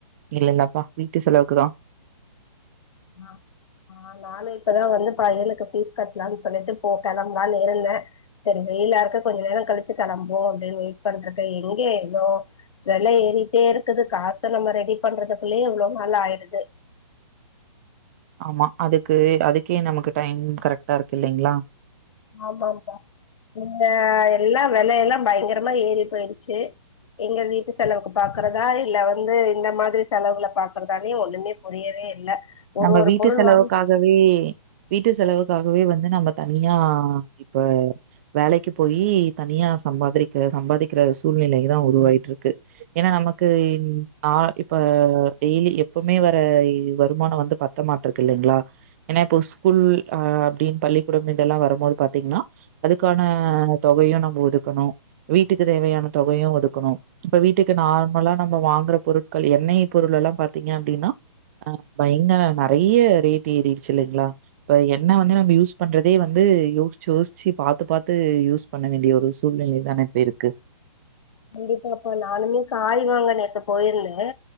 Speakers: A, on the right (about 25°); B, on the left (about 60°).
A: இல்லல்லப்பா வீட்டு செலவுக்குதான்
B: ஹ் ஆஹ் நானும் இப்பதான் வந்து பையனுக்கு பீஸ் கட்டலாம்னு சொல்லிட்டு போ கிளம்பலாம்னு இருந்தேன் சரி வெயிலா இருக்கு கொஞ்ச நேரம் கழிச்சு கிளம்புபோம் அப்டின்னு வெயிட் பண்ட்டுருக்கேன் எங்க எவ்ளோ வெல ஏறிட்டே இருக்குது காச நம்ம ரெடி பண்றதுக்குள்ளயே இவ்வளவு நாள் ஆயிடுது
A: ஆமா அதுக்கு அதுக்கே நமக்கு டைம் கரெட்டா இருக்கு இல்லைங்ளா
B: ஆமாம்பா இங்க எல்லா வெலையெல்லா பய்ங்கரமா ஏறி போயிடுச்சு எங்க வீட்டு செலவுக்கு பாக்கறதா இல்ல வந்து இந்த மாதிரி செலவுகல பாக்குறதானே ஒண்ணுமே புரியவே இல்ல ஒரு
A: நம்ம
B: ஒரு
A: வீட்டு
B: பொருள்
A: செலவுக்காகவே
B: வாங்க
A: வீட்டு செலவுக் க்காகவே வந்து நம்ம தனியா இப்ப வேலைக்கு போயி தனியா சம்பாதிரிக்க சம்பாதிக்கிற சூழ்நிலை தா உருவாயிட்ருக்கு ஏனா நமக்கு இந் ஆ இப்ப டெய்லி எப்பம்மே வர வ ருமான வந்து பத்த மாட்றுக் இல்லைங்ளா ஏன்னா இப்ப ஸ்கூல் ஆ அப்டின் பள்ளிக்கூடம் இதெல்லா வரும்போது பாத்தீங்னா அதுக்கான தொகையு நம்ம ஒதுக்கணு வீட்டுக்கு தேவையான தொகையு ஒதுக்கணு இப்ப வீட்டுக்கு நார்மலா நம்ம வாங்குற பொருட்கள் எண்ணெய் பொருளெல்லா பாத்தீங்க அப்டின்னா ஆ பயங்கர நெறைய ரேட் ஏறிடுச்சு இல்லைங்ளா இப்ப என்ன வந்து நம்ம யூஸ் பண்றதே வந்து யோசிச்சு யோசிச்சு பாத்து பாத்து யூஸ் பண்ண வேண்டிய ஒரு சூழ்நிலைதான இப்ப இருக்கு
B: கண்டிப்பாப்பா நானுமே காய் வாங்க நேத்து போயிருந்தே